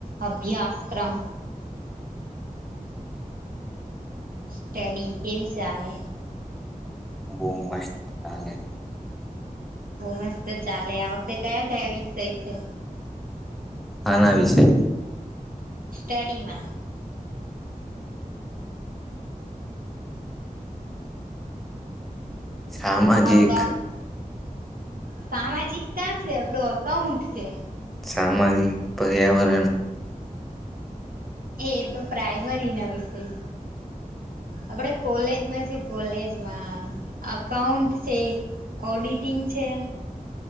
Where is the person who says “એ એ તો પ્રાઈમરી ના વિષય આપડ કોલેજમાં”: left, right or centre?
Right